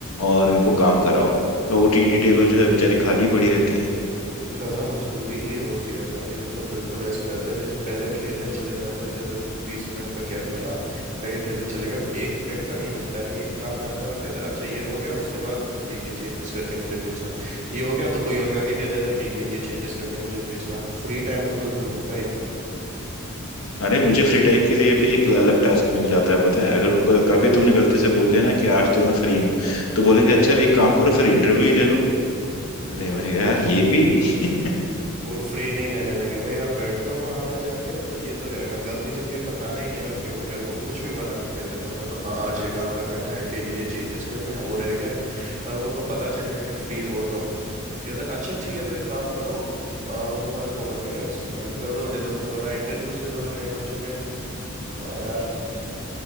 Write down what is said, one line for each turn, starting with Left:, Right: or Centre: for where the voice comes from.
Left: और इनको काम कराओ तो वो टीटी टेबल जो है बेचारी खाली पड़ी रहती है
Right: गधा मजदूरी ही होती है भाई ये तो बिल्कुल ऐसा रहता है जैसे पहले खेलने चले जाते थे जैसे बीस मिनट का गैप मिला जाके खेलने चले गए अब एक मिनट का नहीं मिलता है एक काम जाता है वो कहता है अच्छा ये हो गया उसके बाद ये ये चेंजेस करके मुझे भेजना ये हो गया तो कोई और आके कह देता है कि ये ये चेंजेस करके मुझे भेजना फ्री टाइम तो बिल्कुल मिलता ही नहीं है
Left: अरे मुझे फ्री टाइम के लिए भी एक अलग टास्क मिल जाता है पता है अगर क- कभी तुमने गलती से बोल दिया ना कि आज तो मैं फ्री हूँ तो बोलेंगे अच्छा एक काम करो फिर इंटरव्यू ही ले लो अरे
Right: वाह
Left: मैं कहा, यार ये भी <laughs>
Right: वो फ्री नहीं रहने देंगे भाई आप बैठे हो वहां पे जाके तो ये तो कहेगा गलती से भी ये बताना ही नहीं है मैं फ्री हूँ मैं कह दूंगा कुछ भी बना के कह देता हूँ मैं तो हाँ आज ये काम करना है क्लाइंट के ये ये चेंजेस करने हैं वो रह गया है अगर उनको पता चल गया कि फ्री हो तुम तो कहते हैं अच्छा ठीक है तो एक काम करो अ, वो तुम्हारा कोवर्कर है उसकी हेल्प कर दो जैसा तुमने बताया इंटरव्यूज ले लो इन नए बच्चों के वाह यार